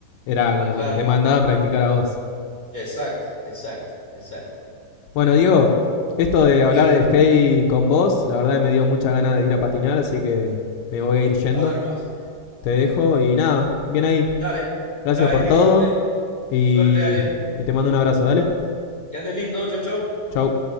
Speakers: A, on the left (about 85°); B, in the centre.
A: era como
B: Claro,
A: que te mandaba a practicar a vos.
B: exacto, exacto, exacto.
A: Bueno, Diego, esto de hablar
B: Diga,
A: de skate con vos, la verdad me dio mucha ganas de ir a patinar, así que me voy a ir yendo.
B: vaya nomás.
A: Te dejo y nada, bien ahí.
B: Dale,
A: Gracias
B: dale,
A: por
B: disfrute.
A: todo y,
B: Suerte, dale.
A: y te mando un abrazo, dale.
B: Que andes lindo, chau, chau.
A: Chau.